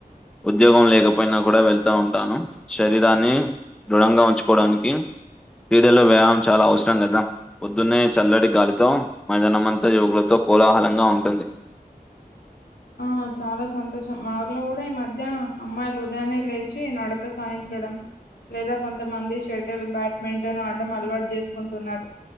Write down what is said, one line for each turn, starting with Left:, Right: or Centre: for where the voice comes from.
Centre: ఉద్యోగం లేకపోయినా కూడా వెళ్తా ఉంటాను శరీరాన్ని దృఢంగా ఉంచుకోడానికి క్రీడల్లో వ్యాయామం చాలా అవసరం కదా పొద్దున్నే చల్లటి గాలితో మైదనమంతా యువకులతో కోలాహలంగా ఉంటుంది
Left: ఆ చాలా సంతోషం మాఊళ్లో కూడా ఈ మధ్య అమ్మాయిలు ఉదయాన్నే లేచి నడక సాయించడం లేదా కొంతమంది షటిల్ బ్యాట్మింటన్ ఆడం అలవాటు చేసుకుంటున్నారు